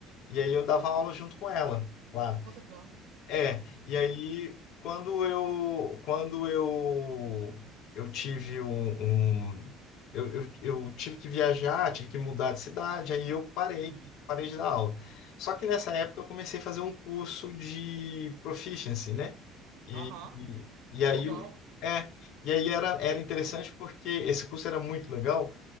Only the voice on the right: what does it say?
Pô, legal.
Uhum.
Aham,
pô,
legal.